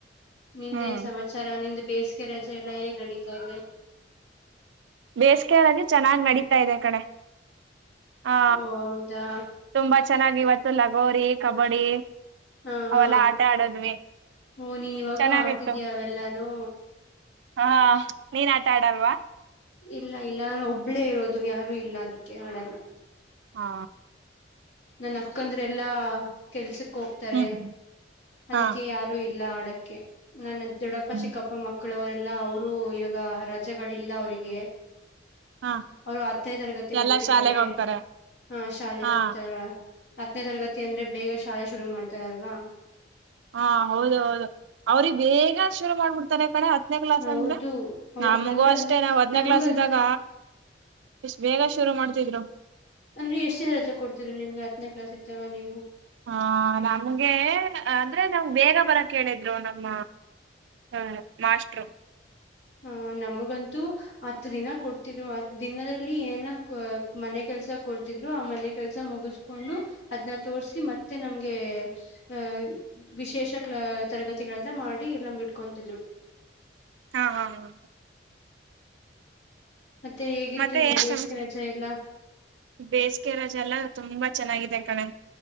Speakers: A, on the left (about 70°); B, on the right (about 80°).
A: ನಿಂದೇನ್
B: ಹ್ಮ್
A: ಸಮಾಚಾರ ನಿಂದ ಬೇಸಿಗೆ ರಜೆ ಎಲ್ಲ ಹೇಗ್ ನಡೀತಾ ಇದೆ
B: ಬೇಸಗೆಯಂದೆ ಚೆನ್ನಾಗ್ ನಡತಾ ಇದೆ ಕಣೆ ಹಾ
A: ಓ ಹೌದಾ
B: ತುಂಬಾ ಚೆನ್ನಾಗಿವತ್ತು ಲಗೋರಿ ಕಬಡ್ಡಿ
A: ಹಾ ಹಾ
B: ಅವೆಲ್ಲಾ ಆಟ ಆಡದ್ವಿ
A: ಓ ನೀನ್ ಇವಾಗೂ
B: ಚೆನ್ನಾಗಿತ್ತು
A: ಆಡ್ತಿದೀಯ ಅವೆಲ್ಲಾನೂ
B: ಹಾ ನೀನ್ ಆಟ ಆಡಲ್ವಾ
A: ಇಲ್ಲ ಇಲ್ಲ ಒಬ್ಳೇ ಇರೋದು ಯಾರು ಇಲ್ಲ ಅದಕ್ಕೆ ಹಾಡಲ್ಲ
B: ಹಾ
A: ನನ್ ಅಕ್ಕಂದ್ರೆಲ್ಲಾ ಕೆಲ್ಸಕ್ ಹೋಗ್ತಾರೆ
B: ಹ್ಮ್
A: ಅದಕ್ಕೆ
B: ಹಾ
A: ಯಾರು ಇ ಇಲ್ಲ ಆಡಕ್ಕೆ ನನ್ನ ದದುಡಪ್ಪ
B: ಹ್ಮ್
A: ಚಕ್ಕಪ್ಪ ಮಕ್ಕ ಮಕ್ಕಳವರೆಲ್ಲ ಅವರು ಇವಾಗ ರಜೆಗಳಿಲ್ಲ ಅವರಿಗೆ
B: ಹಾ
A: ಅವರು ಹತ್ತನೇ ತರಗತಿ
B: ಎಲ್ಲಾ
A: ಓದ್ತಿದ್ದಾರೆ
B: ಶಾಲೆೆಗೆ ಹೋಗ್ತಾರೆ
A: ಹಾ ಶಾಲೆಗೆ
B: ಹಾ
A: ಹೋಗ್ತ ಹತ್ತನೇ ತರಗತಿ ಅಂದ್ರೆ ಬೇಗ ಶಾಲೆ ಶುರು ಮಾಡ್ತಾರಲ್ವಾ
B: ಹಾ ಹೌದ ಹೌದು ಅವ್ರಿಗೆ ಬೇಗ ಶುರು ಮಾಡ್ಬಿಡ್ತಾರೆ ಕಣೆ ಹತ್ತನೇ ಕ್ಲಾಸ್
A: ಹೌದು
B: ಅಂದ್ರೆ
A: ಅವ್ರಿಗಂದ್ರೆ
B: ನಮಗೂ ಅಷ್ಟೇ
A: ಅಂದ್ರೆ
B: ನಾವ್ ಹತ್ತನೇ
A: ನಮಗಂದ್ರೆ
B: ಕ್ಲಾಸ್ ಇದ್ದಾಗ್ ಇಷ್ಟ ಬೇಗ ಶುರು ಮಾಡ್ತಿದ್ರು
A: ಅಂದ್ರೆ ಎಷ್ಟು ಸಜ ಕೊಡ್ತಿೀರ ನಿಮ್ಗೆ ಹತ್ತನೇ ಕ್ಲಾಸ್ ಇದ್ದಾಗ ನೀವು
B: ಹಾ ನಮ್ಗೆ ಅಂದ್ರೆ ನಾವ್ ಬೇಗ ಬರಕ್ ಹೇಳಿದ್ರು ನಮ್ಮ ಹ ಮಾಸ್ರು
A: ಹಹ ನಮಗಂತೂ ಹತ್ತು ದಿನ ಕೊಡ್ತಿದ್ರು ಹತ್ ದಿನದಲ್ಲಿ ಏನ ಮನೆ ಕೆಲ್ಸ ಕೊಡ್ತಿದ್ರು ಆ ಮನೆ ಕೆಲ್ಸ ಮುಗಿಸಕೊಂಡು ಅದ್ನ್ನ ತೋರ್ಸಿ ಮತ್ತೆ ನಮ್ಗೆ ಅಹ ವಿಶೇಷ ಕ್ಲ ತರಗತಿಗಳಂತ ಮಾಡಿ ಎಲ್ಲ ಇಟ್ಕೊತಿದ್ರು
B: ಹಾ ಹಾ ಹಾ
A: ಮತ್ತೆ ಹೇಗಿತ್ತು
B: ಮತ್ತೆ
A: ನಿನ್ನ
B: ಏನ್
A: ಬೇಸಿಗೆ
B: ಸಮಾಚಾರ
A: ರಜೆ ಎಲ್ಲ
B: ಬೇಸಿಗೆ ರಜೆ ಎಲ್ಲ ತುಂಬಾ ಚೆನ್ನಾಗಿದೆ ಕಣೆ